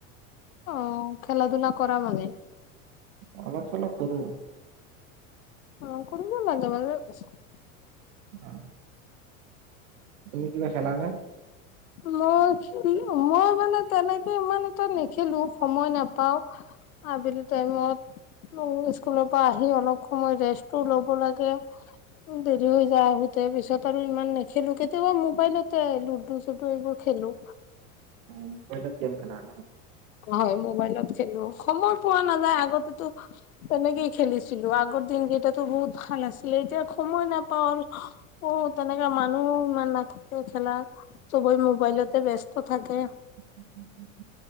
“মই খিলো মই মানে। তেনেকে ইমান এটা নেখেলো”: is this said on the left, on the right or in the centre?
Left